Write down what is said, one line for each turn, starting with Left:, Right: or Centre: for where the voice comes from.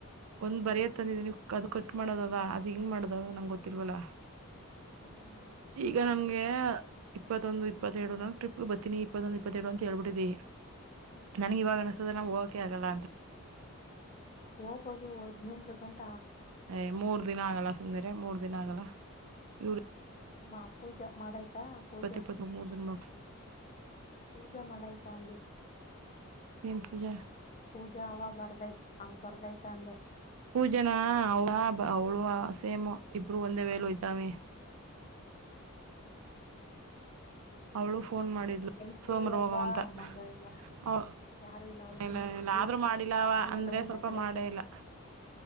Right: ಒಂದ್ ಬರಿ ತಂದಿ ಅದು ಕಟ್ ಮಾಡೋದದ ಅದು ಹಿಂಗೆ ಮಾಡೋದ ನಂಗೆ ಗೊತ್ತಲ್ವಲ್ಲ
Left: ಹ್ಮ್
Right: ಈಗ ನನ್ಗೆ ಇಪ್ಪತ್ತೊಂದು ಇಪ್ಪತ್ತೆರಡು ನ ಟ್ರಿಪ್ಗೆ ಬತೀನಿ ಇಪ್ಪತ್ತೊಂದು ಇಪ್ಪತ್ತೆರಡು ಅಂತ ಹೇಳ್ಬಿಟ್ಟಿದಿ
Left: ಹ್ಮ್
Right: ನನ್ಗ ಇವಾಗ ಅನ್ಸುದ ನ ಹೋಗಕೆ ಆಗಲ್ಲ ಅಂತ
Left: ಹೋಗೋದು ಹದ್ನೆಂಟರ ಗಂಟೆ
Right: ಯ ಮೂರ್ ದಿನ ಆಗಲ್ಲ ಸುಮಿರ ಮೂರ್ ದಿನ ಆಗಲ್ಲ ಇವ್ರ
Left: ಮ್ಮ ಪೂಜಾ ಮಾಡಾಯ್ತಾ ಪೂಜಾ
Right: ಇಪ್ಪತ್ತ್ಮೂರು ಮೂರು ದಿನ ಮಾಡ
Left: ಪೂಜಾ ಮಾಡೈತಾ ಅಂದಿ
Right: ಏನ್ ಪೂಜಾ
Left: ಪೂಜಾ ಅವ ಬರ್ದೈತ್ ಅವ ಬರ್ದೈತ ಅಂದೆ
Right: ಪೂಜನಾ ಅವ ಅವಳೂ
Left: ಹೌದಾ
Right: ಸೇಮ್ ಇಬ್ರು ಒಂದೇ ವೇಳೋಯ್ತಾವೆ
Left: ಹಾ <unintelligible>
Right: ಅವಳು ಫೋನ್ ಮಾಡಿದ್ಲು
Left: ಫ್ರೀ
Right: ಸೋಮಾರ
Left: ಅಲ್ವಾ
Right: ಹೋಗವಂತ
Left: ಮಗ ಇಲ್ಲ ಯಾರ್
Right: ಅವ
Left: ಯಾರು ಅವಳಗ
Right: ಇಲ್ಲ
Left: ಇನ್ನುೂ
Right: ಇಲ್ಲ
Left: ಈಸಿ
Right: ಆದ್ರರು ಮಾಡಿಲ್ಲವ
Left: ಆಮೇಲೆ
Right: ಅಂದ್ರೆ
Left: ಒಂದೇ
Right: ಸ್ವಲ್ಪ
Left: ಕಡೆ
Right: ಮಾಡೇ ಇಲ್ಲ